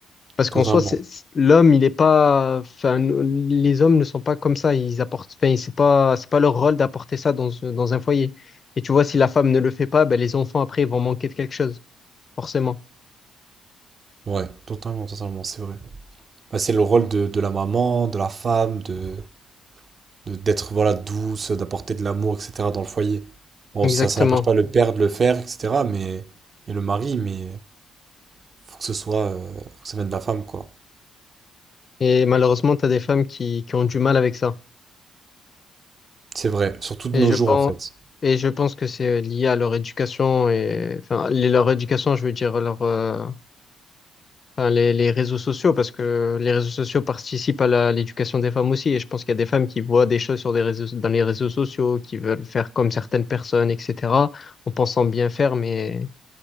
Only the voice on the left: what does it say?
Parce
qu'en soi, c'est- c'est- l'homme, il est pas, enfin, les hommes ne sont pas comme ça. Ils apportent, enfin, c'est pas, c'est pas leur rôle d'apporter ça dans, dans un foyer. Et tu vois, si la femme ne le fait pas, ben, les enfants après, ils vont manquer de quelque chose, forcément.
Exactement.
Et malheureusement, tu as des femmes qui, qui ont du mal avec ça.
Et
je
Mm. pense,
et je pense que c'est euh, lié à leur éducation et, enfin, les- leur éducation, je veux dire, leur, euh, Enfin, les, les réseaux sociaux, parce que les réseaux sociaux participent à la- à l'éducation des femmes aussi. Et je pense qu'il y a des femmes qui voient des choses sur des réseaux, dans les réseaux sociaux, qui veulent faire comme certaines personnes, etc., en pensant bien faire, mais